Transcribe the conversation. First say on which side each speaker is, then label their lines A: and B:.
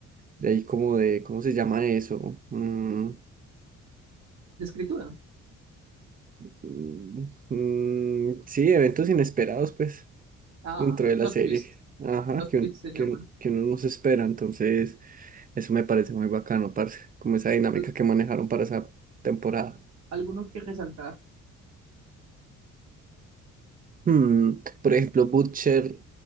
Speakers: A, on the right; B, on the right.
A: de ahí como de, ¿cómo se llama eso? Mm,
B: ¿De escritura?
A: mm, mm, sí, eventos inesperados, pues,
B: Ah,
A: dentro de
B: plot
A: la serie.
B: twist.
A: Ajá,
B: Plot
A: que,
B: twist
A: un-
B: se llaman.
A: que, un- que uno no se espera, entonces eso me parece muy bacano, parce, como esa dinámica
B: Al-
A: que manejaron para esa temporada.
B: alguno que resaltar.
A: Hmm, Por ejemplo, Butcher,